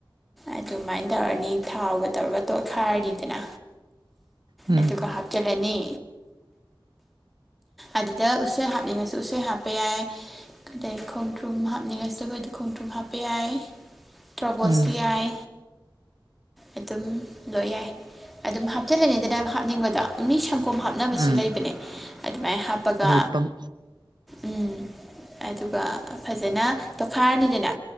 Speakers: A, in the centre; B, on the right.
A: ꯑꯗꯨꯃꯥꯏꯅ ꯇꯧꯔꯅꯤ ꯊꯥꯎꯒ ꯇꯧꯔꯒ ꯇꯣꯠꯈꯥꯏꯔꯅꯤꯗꯅ
B: ꯎꯝ
A: ꯑꯗꯨꯒ ꯍꯥꯞꯆꯜꯂꯅꯤ ꯑꯗꯨꯗ ꯎꯁꯣꯏ ꯍꯥꯞꯅꯤꯡꯉꯁꯨ ꯎꯁꯣꯏ ꯍꯥꯞꯄ ꯌꯥꯏ ꯑꯗꯩ ꯈꯣꯡꯗ꯭ꯔꯨꯝ ꯍꯥꯞꯅꯤꯡꯉꯁꯨ ꯑꯩꯈꯣꯏꯗ ꯈꯣꯡꯗ꯭ꯔꯨꯝ ꯍꯥꯞꯄ ꯌꯥꯏ ꯇ꯭ꯔꯣꯕꯣꯠꯁꯨ
B: ꯎꯝ
A: ꯌꯥꯏ ꯑꯗꯨꯝ ꯂꯣꯏ ꯌꯥꯏ ꯑꯗꯨꯝ ꯍꯥ ꯆꯠ ꯂꯩꯅꯤꯡꯗꯅ <unintelligible> ꯍꯥꯞꯅꯤꯡꯕꯗ ꯃꯤ ꯁꯪꯒꯣꯝ ꯍꯥꯞꯅꯕꯁꯨ
B: ꯎꯝ
A: ꯂꯩꯕꯅꯦ ꯑꯗꯨꯃꯥꯏꯅ ꯍꯥꯞꯄꯒ
B: ꯍꯣꯏ ꯄꯪ
A: ꯎꯝ ꯑꯗꯨꯒ ꯐꯖꯅ ꯇꯣꯈꯥꯏꯔꯅꯤꯗꯅ